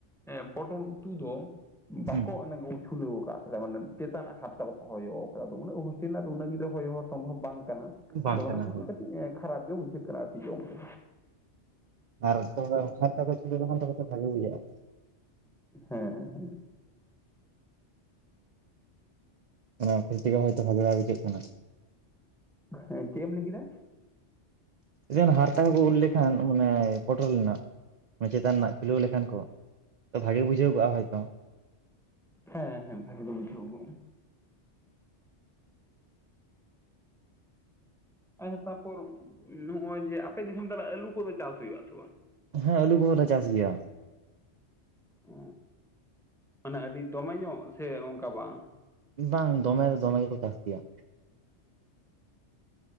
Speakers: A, in the centre; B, on the right.
A: ᱮᱸ ᱯᱚᱴᱚᱞ ᱩᱛᱩ ᱫᱚ, ᱵᱟᱠᱚ
B: ᱦᱩᱸ
A: ᱚᱱᱮ ᱩᱪᱷᱩᱞᱟᱹᱣ ᱠᱟᱫ ᱛᱟᱞᱮᱭᱟ ᱢᱟᱱᱮ ᱪᱮᱛᱟᱱᱟᱜ ᱦᱟᱨᱛᱟ ᱵᱟᱠᱚ ᱦᱚᱭᱚ ᱟᱠᱟᱫᱟ ᱟᱫᱚ ᱩᱱᱟᱹᱜ ᱨᱮᱱᱟᱜ ᱫᱚ ᱩᱱᱟᱹᱜ ᱦᱚᱭᱚ ᱦᱚ ᱥᱚᱢᱵᱷᱚᱵ ᱵᱟᱝ ᱠᱟᱱᱟ
B: ᱵᱟᱝ
A: ᱟᱫᱚ
B: ᱠᱟᱱᱟ
A: ᱚᱱᱟ ᱠᱷᱟᱹᱛᱤᱨ
B: ᱦᱳᱭ
A: ᱠᱟᱹᱴᱤᱡ ᱠᱷᱟᱨᱟᱯ ᱜᱮ ᱵᱩᱡᱷᱟᱹᱜ ᱠᱟᱱᱟ ᱟᱨᱠᱤ ᱡᱚᱢ ᱛᱮ᱾
B: ᱟᱨ ᱛᱚᱵᱮ ᱦᱟᱨᱛᱟ ᱠᱚ ᱪᱷᱩᱞᱟᱹᱣ ᱞᱮᱠᱷᱟᱱ ᱛᱚᱵᱮ ᱛᱚ ᱵᱷᱟᱜᱮ ᱵᱩᱡᱷᱟᱹᱜᱼᱟ᱾
A: ᱦᱮᱸ ᱦᱮᱸ᱾
B: ᱚᱱᱟ <unintelligible> ᱦᱚᱭᱛᱳ ᱵᱷᱟᱜᱮ ᱵᱟᱭ ᱵᱩᱡᱷᱟᱹᱜ ᱠᱟᱱᱟ᱾
A: ᱦᱮᱸ ᱪᱮᱫ ᱮᱢ ᱞᱟᱹᱭ ᱠᱮᱫᱟ?
B: ᱡᱮ ᱦᱟᱨᱛᱟ ᱠᱚ ᱠᱚ ᱩᱨ ᱞᱮᱠᱷᱟᱱ ᱢᱟᱱᱮ ᱯᱚᱴᱚᱞ ᱨᱮᱱᱟᱜ ᱪᱮᱛᱟᱱ ᱨᱮᱱᱟᱜ ᱪᱷᱩᱞᱟᱹᱣ ᱞᱮᱠᱷᱟᱱ ᱠᱚ, ᱛᱚ ᱵᱷᱟᱜᱮ ᱜᱮ ᱵᱩᱡᱷᱟᱹᱣ ᱠᱚᱜᱼᱟ ᱦᱚᱭᱛᱚ᱾
A: ᱦᱮᱸ ᱦᱮᱸ ᱵᱷᱟᱜᱮ ᱫᱚ ᱵᱩᱡᱷᱟᱹᱣ ᱠᱚᱜ-ᱟ᱾ ᱟ ᱛᱟᱯᱚᱨ ᱱᱚᱜᱼᱚᱭ ᱡᱮ ᱟᱯᱮ ᱫᱤᱥᱚᱢ ᱛᱟᱞᱮ ᱟᱞᱩ ᱠᱚᱫᱚ ᱪᱟᱥ ᱦᱩᱭᱩᱜ ᱟᱥᱮ ᱵᱟᱝ?
B: ᱦᱮᱸ ᱟᱹᱞᱩ ᱠᱚᱫᱚ ᱞᱮ ᱪᱟᱥ ᱜᱮᱭᱟ᱾
A: ᱚ, ᱢᱟᱱᱮ ᱟᱹᱰᱤ ᱫᱚᱢᱮ ᱧᱚᱜ ᱥᱮ ᱚᱱᱠᱟ ᱵᱟᱝ?
B: ᱵᱟᱝ ᱫᱚᱢᱮ ᱫᱚ ᱫᱚᱢᱮ ᱜᱮᱠᱚ ᱪᱟᱥ ᱜᱮᱭᱟ᱾